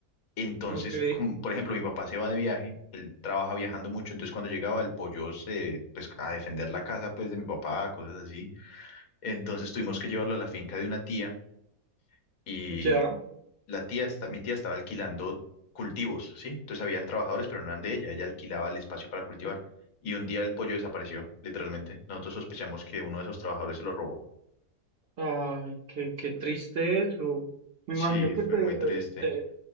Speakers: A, on the left; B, on the right.
A: Entonces,
B: ok,
A: como, por ejemplo, mi papá se va de viaje, él trabaja viajando mucho, entonces cuando llegaba el pollo se, pues, a defender la casa, pues, de mi papá, cosas así. Entonces tuvimos que llevarlo a la finca de una tía y
B: ya,
A: la tía, está, mi tía estaba alquilando cultivos, ¿sí? Entonces habían trabajadores, pero no eran de ella, ella alquilaba el espacio para cultivar. Y un día el pollo desapareció, literalmente. Nosotros sospechamos que uno de esos trabajadores se lo robó.
B: ay, qué, qué triste eso, me
A: Sí,
B: imagino que
A: fue
B: te,
A: muy triste.
B: te,